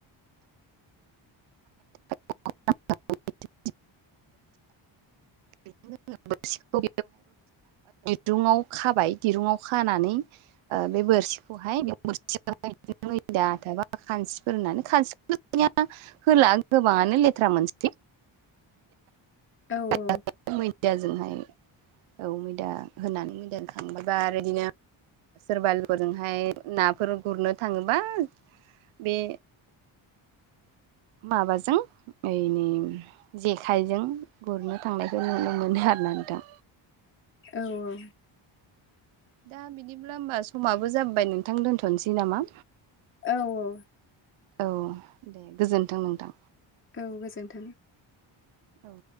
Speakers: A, on the right; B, on the left.
A: <unintelligible> <unintelligible> <unintelligible> दिरुंआव खाबाय दिरुुंआव खानानै बे ओ बोरसिखौहाय बे बोरसिखौहाय <unintelligible> <unintelligible> होला गोबाङानो लेथ्रा मोनसै।
B: औ
A: <unintelligible> मैदा होनानै मैदाजों होबाय आरो बिदिनो सोरबारिफोरजोंहाय नाफोर गुरनो थाङोबा बे माबाजों ओ नै जेखाइजों गुरनो थांनायखौ नुनो मोनो आरो ना नोंथां।
B: औ औ
A: दा बिदिब्ला होमबा समाबो जाबाय नोंथां दोनथ'नोसै नामा?
B: औ औ
A: औ दे गोजोन्थों नोंथां।
B: औ गोजोन्थों।
A: औ